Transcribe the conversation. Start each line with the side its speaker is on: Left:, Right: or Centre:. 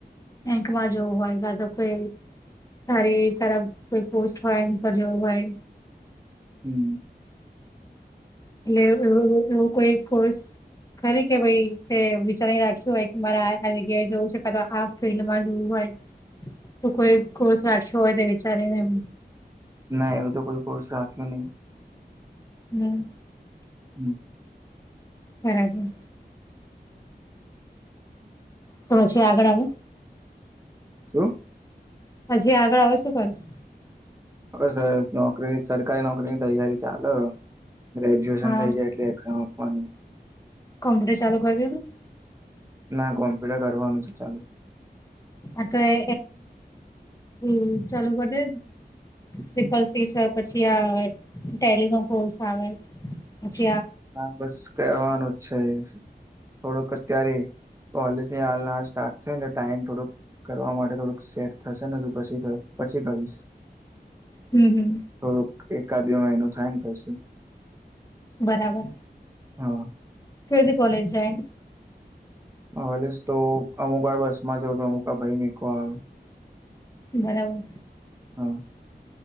Left: બેંકમાં જવું હોય કા તો કોઈ.. સારી તારા કોઈ પોસ્ટ હોય એવી રીતે જવું હોય
Right: હમ
Left: એટલેવ કોઈ કોર્સ કે ભાઈ વિચારી રાખ્યું હોય કે મારે આ જગ્યાએ જવું છે ક તો આ ફિલ્ડમાં જોવું હોય તો કોઈ કોર્સ રાખ્યો હોય તે વિચારીને એ
Right: ના એવ તો કોઈ કોર્સ રાખ્યો નહી
Left: હમ
Right: હમ
Left: બરાબર તો પછી આગળ આવે
Right: શું
Left: પછી આગળ આવે શું કરશ
Right: હ સર નોકરીની સરકારી નોકરીની તૈયારી ચાલે ગ્રેજ્યુએશન
Left: હા
Right: થઈ જાય એટલે એક્ઝામ આપવાનું
Left: કોમ્પુટર ચાલુ કરી દેધું
Right: ના કોમ્પ્યુટર કરવાનું છે ચાલુ
Left: આ તો એ એ ચાલ પટે ટિપલ સી છે પછી આ ટેલી નો ગલ્સ આવે અછ
Right: હા બસ કવાનું જ છે થોડોક અત્યારે કોલેજ હાલ હાલ સ્ટાર્ટ થયું ને ટાઈમ થોડુંક કરવા માટે થોડુંક સેટ થશે ને પછી પછી
Left: હમ હમ
Right: થોડુંક એકાદ બે મહિનું થાય ને પછું
Left: બરાબર
Right: હા
Left: ફદી કોલેજ જાય
Right: હલે તો અમુક વાર બસ માં જવ તો અમુક ભાઈ મીકવા આવે
Left: બરાબર
Right: હા